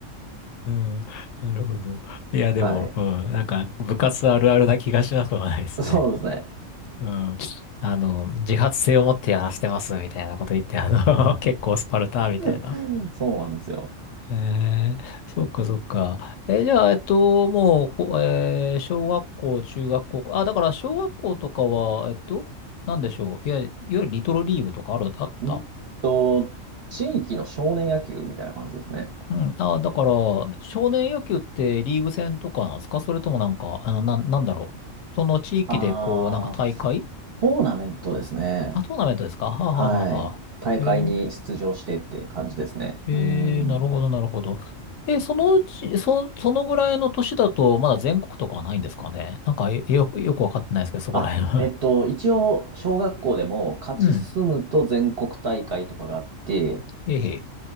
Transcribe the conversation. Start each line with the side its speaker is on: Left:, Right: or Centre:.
Left: うん。<laughs> なるほど。いや、でも、
Right: はい。
Left: うん。なんか、部活あるあるな気がしなくもないですね。
Right: そうですね。
Left: <laughs> うん。あの、自発性を持ってやらせてます、みたいなこと言って、あの、<laughs> 結構スパルタ、みたいな。
Right: <laughs> そうなんですよ。
Left: ええそっかそっか。えーじゃあ、えっと、もう、ほえー小学校、中学校、あ、だから小学校とかは、えっと、なんでしょう。いや、いわゆるリトルリーグとかある、あった
Right: うんと、地域の少年野球みたいな感じですね。
Left: うん。あ、だから、少年野球ってリーグ戦とかなんですかそれともなんか、あの、なん、なんだろう。その地域で、
Right: ああ、
Left: こう、なんか大会
Right: トーナメントですね。
Left: あ、トーナメントですかははははは。
Right: はい。大会に出場してって感じですね。
Left: えーええ、
Right: うん。
Left: なるほど、なるほど。え、そのうち、そ、そのぐらいの年だと、まだ全国とかはないんですかね。なんか、えよく、よくわかってないですけど、そこら辺は。
Right: あ、えっと、一応、小学校でも勝ち進むと全国大会とかがあって、
Left: <laughs> うん。へいへえ。